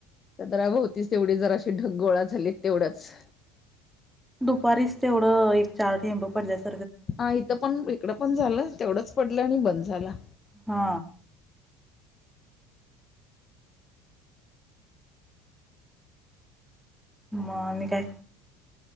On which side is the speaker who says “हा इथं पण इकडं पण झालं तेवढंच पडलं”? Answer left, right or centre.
Left